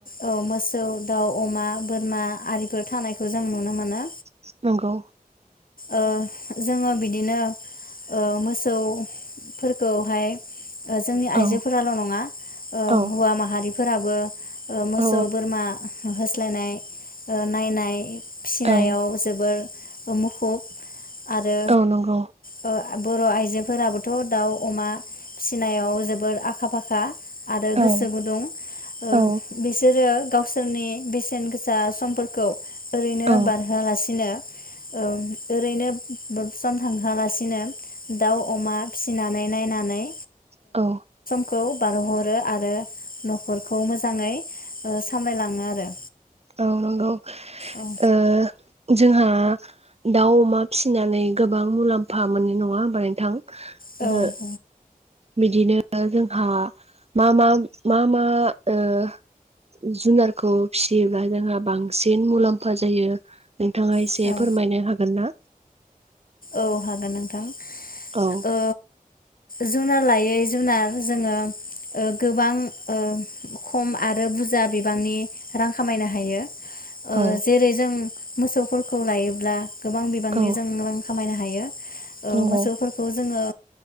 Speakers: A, on the left (about 70°); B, on the right (about 45°).
A: औ मोसौ दाउ अमा बोरमा आरिफोर थानायखौ जों नुनो मोनो
B: <inaudible> नंगौ
A: ओ जोङो बिदिनो ओ मोसौफोरखौहाय जोंनि आइजोफोराल
B: औ
A: नङा
B: औ
A: हौवा माहारिफोर फोराबो मोसौ
B: औ
A: बोरमा होस्लायनाय ओ‌ नायनाय फिसिनायाव
B: औ
A: जोबोर <unintelligible> <unintelligible> आरो
B: औ नंगौ
A: ओ बर' आइजोफोराबोथ' दाउ अमा फिनायाव जोबोद आखा-फाखा आरो गोसो
B: औ
A: गुदुं ओ
B: औ
A: बिसोरो गावसोरनि बेसेन गोसा समफोरखौ ओरैनो
B: औ
A: बारहोआलासिनो ओरैनो ब सम थांहोया लासिनो दाउ अमा फिसिनानै नायनानै
B: औ
A: खौ बारहरो आरो नखरखौ मोजाङै ओ सामलायलाङो आरो।
B: औ नंगौ
A: औ
B: ओ जोंहा दाउ अमा फिसिनानै गोबां मुलाम्फा मोनो नङा होमबा नोंथां?
A: औ <unintelligible>
B: ओ बिदिनो जोंहा मा मा मा मा ओ बांसिन मुलाम्फा जायो नोंथाङा एसे
A: औ औ
B: फोरमायनो हागोन ना?
A: औ हागोन नोंथां।
B: औ
A: ओ जुनार लायै जुनार जोङो ओ गोबां ओ खम आरो बुरजा बिबांनि रां खामायनो हायो। ओ
B: औ
A: जेरै जों। मोसौफोरखौ लायोब्ला गोबां बिबांनि
B: औ
A: जों रां खामायनो हायो ओ
B: नंगौ
A: मोसौफोरखौ जोङो